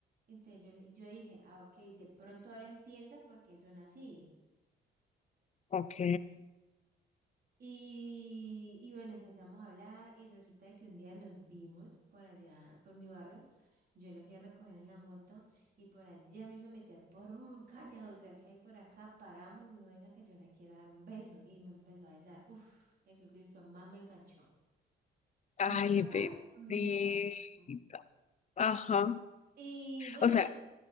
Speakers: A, on the right; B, on the left.
A: Entonces yo, le- yo dije, ah, ok, de pronto ahora entiendo por qué son así.
B: ok.
A: Y, y bueno, empezamos a hablar y resulta de que un día nos vimos por allá, por mi barrio. Yo lo fui a recoger en la moto y por allá me hizo meter por un <laughs> cañaduzal que hay por acá. Paramos y me dijo, venga, que yo le quiero dar un beso. Y me empezó a besar. Uf, Jesucristo, más me enganchó.
B: Ay,
A: más
B: bendita.
A: me enganchó.
B: Ajá.
A: Y bueno,
B: O sea,